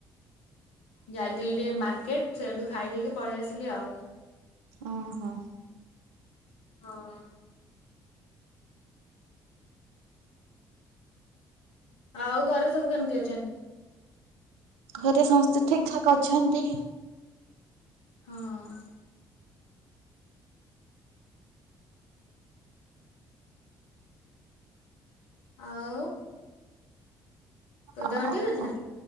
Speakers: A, on the left; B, on the right.
A: ଯାଇଥିଲି ଟିକେ ମାର୍କେଟ୍ ସେଇଠୁ ଖାଇଦେଇକି ପଳେଇ ଆସିଲି ଆଉ।
B: ଅ ହଁ।
A: ହଁ। ଆଉ ଘରେ ସବୁ କେମିତି ଅଛନ୍ତି?
B: ଘରେ ସମସ୍ତେ ଠିକ୍ ଠାକ୍ ଅଛନ୍ତି।
A: ହଁ। ଆଉ। ତୋ
B: ଆଉ
A: ଦେହ ଠିକ ଅଛି
B: କ
A: ନା?